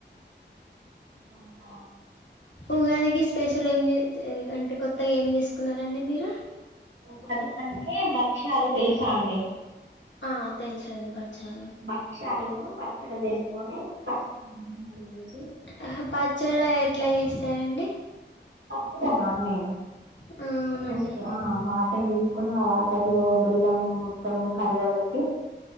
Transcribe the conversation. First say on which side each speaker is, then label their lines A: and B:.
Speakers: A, on the right; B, on the left.
A: ఆవున
B: ఉగాదికి స్పెషల్ ఏం చెస్ అంటే కొత్తగా ఏం చేసుకున్నారండి మీరు
A: ఉగాదికంటే భక్ష్యాలు తెలుసా అండి
B: ఆ తెలుసండి బచ్చాలు
A: భక్షాలను పచ్చడి చేస్త <unintelligible>
B: ఆహా పచ్చడ ఎట్లా చేస్తారండి
A: పచ్చడ నా అండి
B: ఆ అవునండి
A: <unintelligible> తీసుకోని ఆ వాటర్ లో బెల్లం మొత్తం కరగా పెట్టి